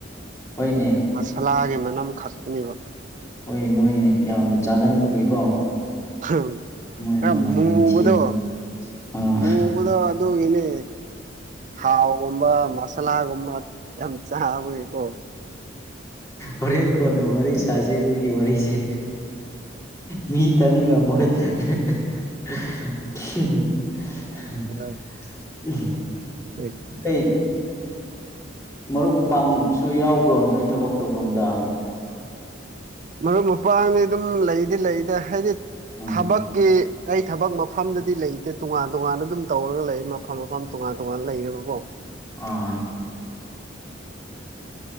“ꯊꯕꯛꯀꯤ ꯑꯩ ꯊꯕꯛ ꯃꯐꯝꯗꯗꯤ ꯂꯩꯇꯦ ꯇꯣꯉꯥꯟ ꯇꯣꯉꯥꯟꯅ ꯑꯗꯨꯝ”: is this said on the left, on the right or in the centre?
Right